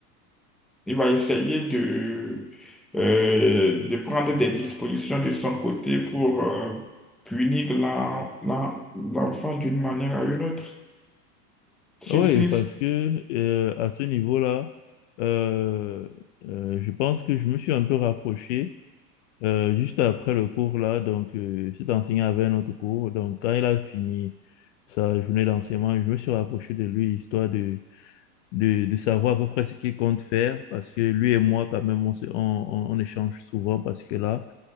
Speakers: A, in the centre; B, on the left.
A: il va essayer de, euh, de prendre des dispositions de son côté pour euh, punir l'en- l'en- l'enfant d'une manière à une autre. Si,
B: Oui,
A: si,
B: parce
A: si,
B: que euh, à ce niveau-là, euh, euh, je pense que je me suis un peu rapproché euh, juste après le cours là. Donc, euh, cet enseignant avait un autre cours. Donc, quand il a fini sa journée d'enseignement, je me suis rapproché de lui histoire de de, de savoir à peu près ce qu'il compte faire, parce que lui et moi, quand même, on, se- on, on- on échange souvent, parce que là,